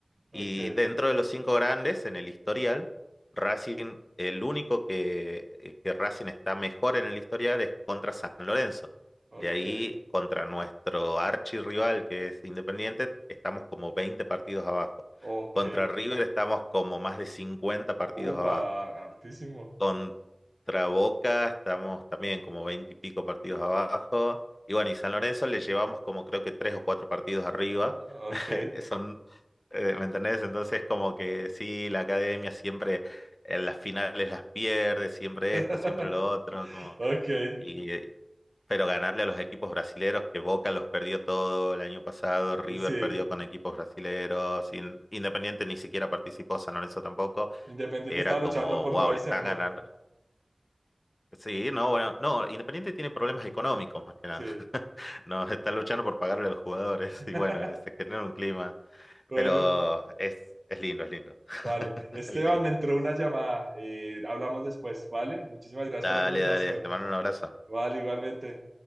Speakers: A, on the right; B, on the left.
A: ok,
B: Y dentro de los cinco grandes, en el historial, Racing, el único que, eh, que Racing está mejor en el historial es contra San Lorenzo.
A: ok,
B: De ahí, contra nuestro archirrival, que es Independiente, estamos como 20 partidos abajo.
A: ok.
B: Contra River estamos como más de 50 partidos
A: Upa,
B: abajo.
A: hartísimo.
B: Contra Boca estamos también como 20 y pico partidos abajo. Y bueno, y San Lorenzo le llevamos como creo que tres o cuatro partidos arriba.
A: Ah,
B: <laughs>
A: ok,
B: Son, eh, ¿me entendés? Entonces como que sí, la academia siempre en las finales las pierde, siempre esto,
A: <laughs>
B: siempre lo otro, como,
A: ok,
B: y, pero ganarle a los equipos brasileros, que Boca los perdió todo el año pasado, River
A: sí.
B: perdió con equipos brasileros, in- Independiente ni siquiera participó, San Lorenzo tampoco,
A: Independiente
B: era
A: estaba luchando
B: como,
A: por
B: wow,
A: no descender.
B: le están ganando. Sí, no, bueno, no, Independiente tiene problemas económicos más que nada.
A: Sí.
B: <laughs> No, está luchando por pagarle a los jugadores
A: <laughs>
B: y bueno, eh, se genera un clima,
A: Bueno,
B: pero es, es lindo, es lindo <laughs>
A: vale. Esteban,
B: el clima.
A: me entró una llamada. eh, hablamos después, ¿vale? Muchísimas gracias
B: Dale,
A: por la conversación.
B: dale, te mando un abrazo.
A: Vale, igualmente.